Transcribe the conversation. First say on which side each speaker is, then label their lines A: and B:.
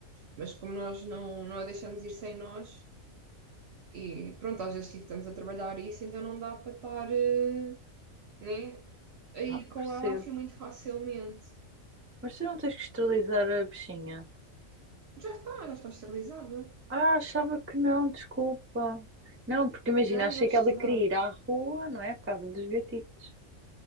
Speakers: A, on the right; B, on the right.
A: Mas como nós não, não a deixamos ir sem nós, e pronto, às vezes, tipo, estamos a trabalhar isso, então não dá para estar, eh, né, a ir
B: Ah,
A: com
B: percebo.
A: ela assim muito facilmente.
B: Mas tu não tens que esterilizar a bichinha.
A: Já está, já está esterilizada.
B: Ah, achava que não, desculpa. Não, porque imagina,
A: Não,
B: achei
A: já está.
B: que ela
A: Não,
B: queria ir à rua, não é? Por causa dos gatitos.